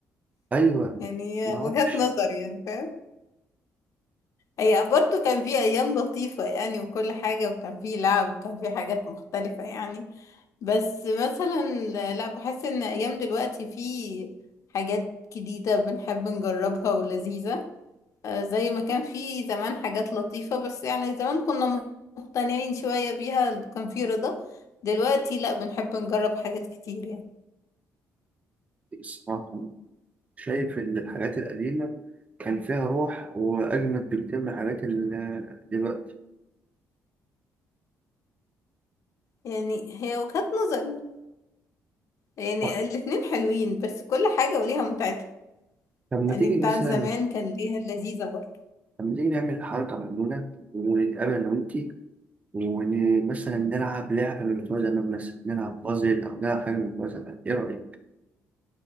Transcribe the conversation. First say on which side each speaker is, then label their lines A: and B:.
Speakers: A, on the right (about 20°); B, on the left (about 55°).
A: أيوة
B: يعني
A: ما
B: وجهة
A: أعرفش
B: نظر يعني فاهم هي برضو كان في ايام لطيفة يعني وكل حاجة وكان في لعب وكان في حاجات مختلفة يعني بس مثلا لا بحس ان ايام دلوقتي في حاجات جديدة بنحب نجربها ولذيذة آه، زي ما كان في زمان حاجات لطيفة بس يعني زمان كنا مقتنعين شوية بيها كان في رضا دلوقتي لا بنحب نجرب حاجات كتير يعني
A: الصراحة أنا شايف إن الحاجات القديمة كان فيها روح وأجمد بكتير من الحاجات ال- دلوقتي
B: يعني هي وجهات نظري يعني
A: طيب،
B: يعني الاتنين حلوين بس كل حاجة وليها متعتها
A: طب لما
B: يعني
A: تيجي
B: بتاعت
A: مثلا
B: زمان كان ليها اللذيذة برضه
A: لما تيجي نعمل حركة مجنونة ونتقابل أنا وأنتي ومثلا نلعب لعبة من بتوع زمان مثلا نلعب بازل أو نلعب حاجة من بتوع زمان إيه رأيك؟